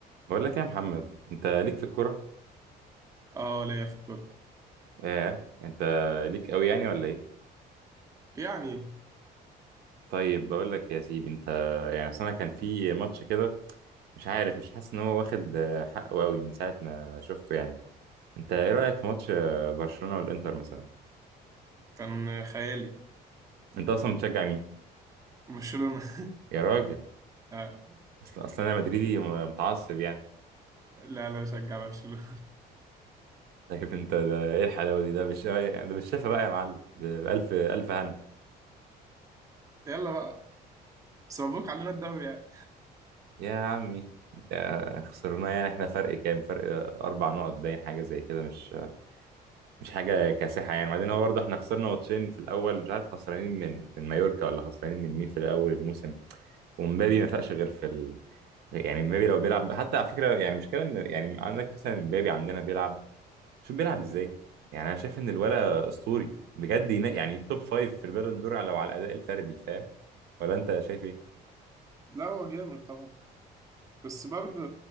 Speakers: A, on the right (about 70°); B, on the right (about 20°).
A: بقول لك إيه يا محمد انت ليك في الكوره
B: اه ليا في الكورة
A: ايه انت ليك قوي يعني ولا ايه
B: يعني
A: طيب بقول لك يا سيدي انت يعني اصل انا كان في ماتش كده مش عارف مش حاسس ان هو واخد آه، حقه قوي من ساعه ما شفته يعني انت ايه رايك في ماتش آه، برشلونه والانتر مثلا
B: كان خيالي
A: انت اصلا بتشجع مين
B: برشلونة <laughs>
A: يا راجل
B: آه،
A: اصل اصلا انا مدريدي م- متعصب يعني
B: لا لا بشجع برشلونة
A: <laughs> طيب انت ده ايه الحلاوه دي ده بالش... يعني ده بالشفا بقى يا معلم ب- بالف الف هنا
B: <laughs> يلا بقى بس مبروك علينا الدوري يعني
A: يا عمي آه، خسرناه يعني احنا فرق كام فرق آه، اربع نقط باين حاجه زي كده مش مش حاجه كاسحه يعني بعدين هو برضه احنا خسرنا ماتشين في الاول مش عارف خسرانين من من مايوركا ولا خسرانين من مين في الاول الموسم ومبابي ما فاقش غير في ال... يعني مبابي لو بيلعب حتى على فكره يعني مشكله ان يعني عندك مثلا مبابي عندنا بيلعب شوف بيلعب ازاي يعني انا شايف ان الولا اسطوري بجد ينا- يعني توب فايف في البالون دور لو على الاداء الفردي فاهم ولا انت شايف ايه؟
B: لا هو جامد طبعا بس برضه